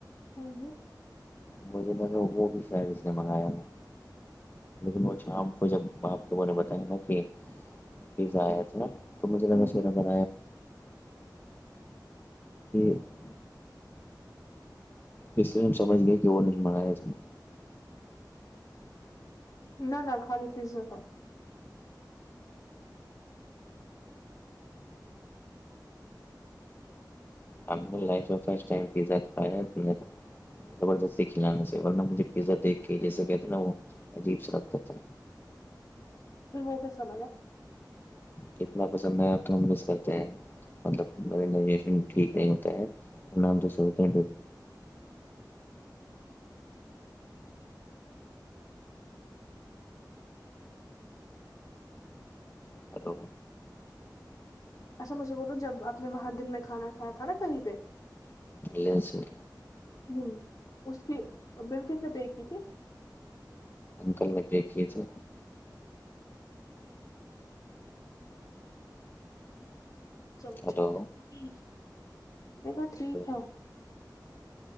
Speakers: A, on the left; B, on the left.
A: بڑھیا
B: مجھے لگا وہ بھی شاید اس نے منگایا لیکن وہ شام کو جب اپ لوگوں نے بتایا نا کہ پیزا ایا تھا تو مجھے لگا
A: ہوں ہوں
B: <unintelligible> اس لیے ہم سمجھ گئے کہ وہ نہیں منگایا جائے
A: نہ نہ خالی تیزا تھا
B: ہم لائف میں فسٹ ٹائم پیزا کھایا تھوڑا تھا زبردستی کھلانے سے ورنہ مجھے پیزا دیکھ کے ہی وہ کہتے نا وہ عجیب سا لگتا تھا
A: تووکے سا با
B: کتنا پسند ہے آپ کو مس کرتے ہیں مطلب میریشن ٹھیک نہیں ہوتا ہے اور ہم تو سوتے ہیلو
A: اچھا مجھے بولو جب اپنے وہاں دن میں کھانا کھایا تھا نا کہیں پے
B: الس میں
A: ہمم اس کی بل کس نے پے کی تھی
B: انکل نے پے کی تھی
A: سب
B: ہلو
A: ٹھیک ہے میں کا
B: ہلو
A: ٹھیک ہے